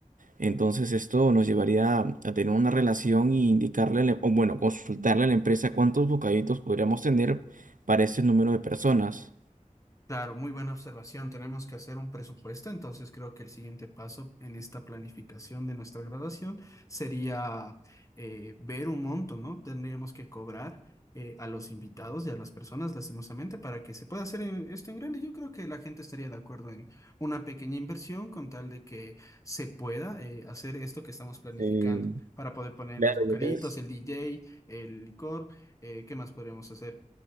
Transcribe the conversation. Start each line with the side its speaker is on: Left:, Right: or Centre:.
Right: Entonces esto nos llevaría a tener una relación y indicarle, a la- o bueno, consultarle a la empresa cuántos bocaditos podríamos tener para ese número de personas.
Left: Claro, muy buena observación. Tenemos que hacer un presupuesto, entonces creo que el siguiente paso en esta planificación de nuestra graduación sería eh, ver un monto, ¿no? Tendríamos que cobrar eh, a los invitados y a las personas, lastimosamente, para que se pueda hacer en- esto en grande. Yo creo que la gente estaría de acuerdo en una pequeña inversión con tal de que se pueda eh, hacer esto que estamos planificando
Right: Sí,
Left: para poder poner
Right: claro,
Left: los bocaditos,
Right: ya que es...
Left: el DJ, el licor, eh, ¿qué más podríamos hacer?